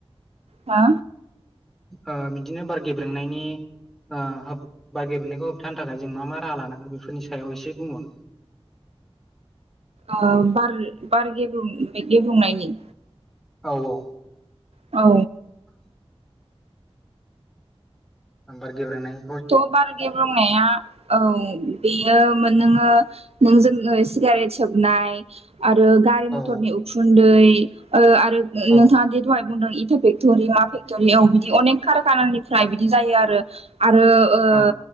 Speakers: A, on the right; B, in the centre.
A: हा?
B: ओ बिदिनो बार गेब्रेंनायनि ओ होब बार गेब्रेंनायखौ होबथानो थाखाय जों मा मा राहा लानांगोन बेफोरनि सायाव एसे बुंबावनो
A: ओ बार बार गेब्रु गेब्रुंनायनि
B: औ औ।
A: औ।
B: औ। बार गेब्रेंनाय
A: थ' बार गेब्रेंनाया औ बेयो मोनोङो नों जोङो सिगारेट सोबनाय आरो गारि मथरनि
B: ओ
A: उखुन्दै ओ आरो
B: औ
A: नोंथाङादि दहाय बुंदों इ फेक्ट'रि मा फेक्ट'रियाव बिदि अनेक कार खानानिफ्राय बिदि जायो आरो। आरो ओ
B: औ